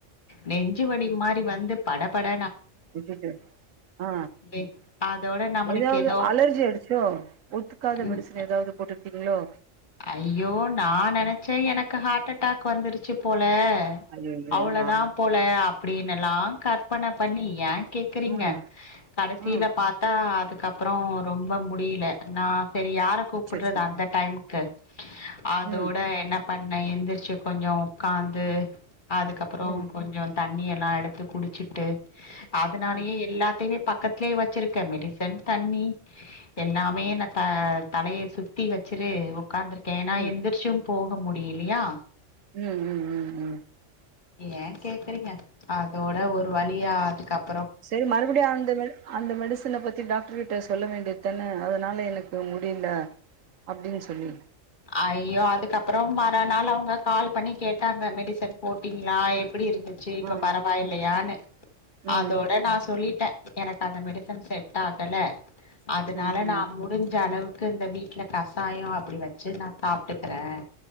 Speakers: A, on the left; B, on the right.
A: நெஞ்சு வலி
B: ம்
A: மாரி வந்து படப்பட
B: <unintelligible> ஆ
A: வே அதோட நம்மளுக்கு
B: ஏதாவது
A: ஏதோ
B: அலர்ஜி ஆயிடுச்சோ ஒத்துக்காத
A: ம்
B: மெடிசன் ஏதாவது போட்டுக்டீங்களோ
A: ஐயோ நா நெனைச்சேன் எனக்கு ஹார்ட் அட்டாக் வந்துருச்சு போல் ல
B: ஐயையோ
A: அவ்ளோதா
B: ஆ
A: போல அப் அப்படின்னுல்லாம் கற்பனை பண்ணி ஏன் கேக்குறீங்க
B: ம்
A: கடைசில
B: ம்
A: பாத்தா அதுக் க்க அப்பறம் ரொம்ப முடில நான் சரி யா <unintelligible> கூப்புடுறது
B: அச்சச்சோ
A: அந்த டைம்க் அ அதோட
B: ம்
A: என்ன பண்ண எந்திரிச்சு கொஞ்சம் உட்காந்து அதுக்கப்புறம்
B: ம்
A: கொஞ்சம் தண்ணி எல்லாம் எடுத்து குடிச்சிட்டு அதனாலயே
B: ஆ
A: எல்லாத்தையுமே பக்கத்தலயே வச்சிருக்கேன் மெடிசன் தண்ணி எல்லாமே ந த தலையை சுத்தி வச்சுரு உக்காந்துருக்கே நா
B: ம்
A: எந்திருச்சும் போ <unintelligible> முடியலையா
B: ம் ம் ம் ம்
A: ஏன் கேக்குறீங்க அதோட ஒரு வழியா அதுக்கப்
B: சரி மறுபடியும் <unintelligible> அந்த மெடிசன பத்தி டாக்டர் கிட்ட சொல்ல வேண்டியத்தான்ன அதனால எனக்கு முடில அப்டின்னு சொல்லி
A: ஐயோ அதுக்கப்றோ மறா நாள் அவங்க கால் பண்ணி கேட்டாங்க மெடிசன் போட்டீங்களா எப்டி இருந்துச்சு இப்ப
B: ஆ
A: பரவாயில்லையான்னு
B: ம் ம்
A: அதோட நான் சொல்லிட்டேன் எனக்கு அந்த மெடிசன் செட் ஆகல அதனால
B: ம் ம்
A: நா முடிஞ்ச அளவுக் இந்த வீட்டுல கசாயம் அப்டி வச்ச சேர் நான் சாப்ட்டுக்கறேன்